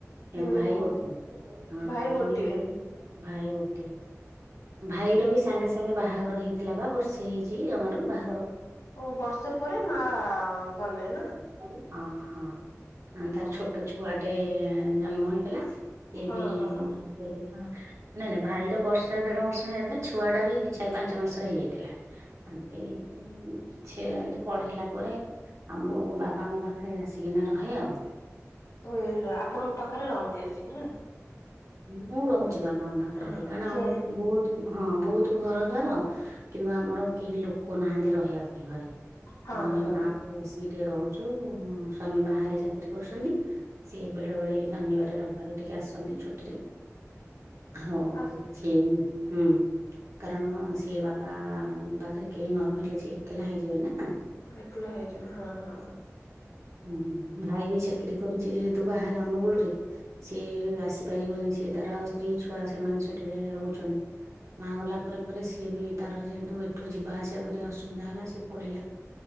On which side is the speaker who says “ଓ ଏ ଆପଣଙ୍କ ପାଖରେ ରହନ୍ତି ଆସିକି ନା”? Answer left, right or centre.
Left